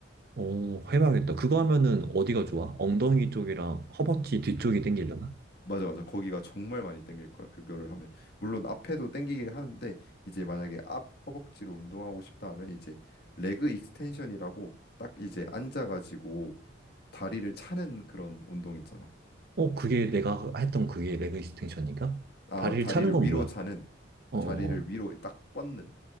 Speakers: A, on the right (about 50°); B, on the left (about 55°).
A: 어, 해봐야겠다. 그거 하면은 어디가 좋아? 엉덩이 쪽이랑 허벅지 뒤쪽이 당기려나?
B: 맞아 맞아 거기가 정말 많이 땡길 거야 그거를 하면 물론 앞에도 땡기긴 하는데 이제 만약에 앞 허벅지로 운동하고 싶다 하면 이제 레그 익스텐션이라고 딱 이제 앉아가지고 다리를 차는 그런 운동 있잖아
A: 어, 그게 내가 했던 그게 레그 익스텐션인가?
B: 아
A: 다리를
B: 다리를
A: 차는 건
B: 위로
A: 뭐야?
B: 차는
A: 어어어.
B: 자리를 위로 딱 뻗는